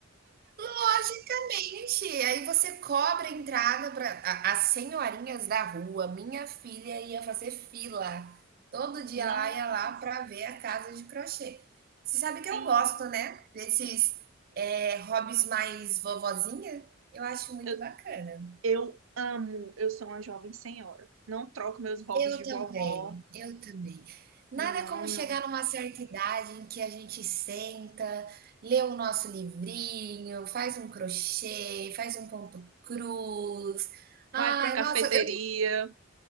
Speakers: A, on the right (about 50°); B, on the right (about 80°).
A: Logicamente. Aí você cobra a entrada para as senhorinhas da rua. Minha filha ia fazer fila. Todo dia
B: Nossa,
A: lá ia lá para ver a casa de crochê. Você sabe que
B: sim.
A: eu gosto, né? Desses é, hobbies mais vovozinha. Eu acho muito
B: Eu,
A: bacana.
B: eu amo. Eu sou uma jovem senhora. Não troco meus hobbies
A: Eu
B: de
A: também,
B: vovó.
A: eu também. Nada
B: Não,
A: como chegar
B: não.
A: numa certa idade em que a gente senta, lê o nosso livrinho, faz um crochê, faz um ponto cruz. Ai,
B: Vai para uma cafeteria.
A: nossa, eu tô